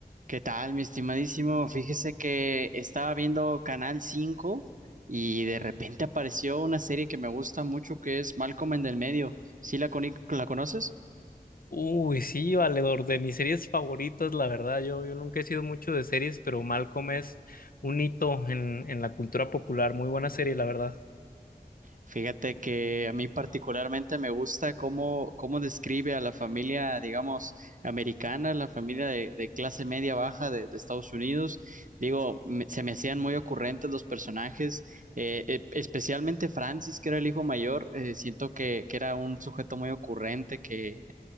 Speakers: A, on the right; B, on the left.
A: ¿Qué tal, mi estimadísimo? Fíjese que estaba viendo Canal cinco y de repente apareció una serie que me gusta mucho que es Malcolm en el medio. ¿Sí la, coni- la conoces?
B: Uy, sí, valedor, de mis series favoritas, la verdad, yo, yo nunca he sido mucho de series, pero Malcolm es un hito en, en la cultura popular, muy buena serie, la verdad.
A: Fíjate que a mí particularmente me gusta cómo, cómo describe a la familia, digamos, americana, la familia de, de clase media baja de, de Estados Unidos. Digo, me- se me hacían muy ocurrentes los personajes, eh, e- especialmente Francis, que era el hijo mayor. eh, siento que, que era un sujeto muy ocurrente, que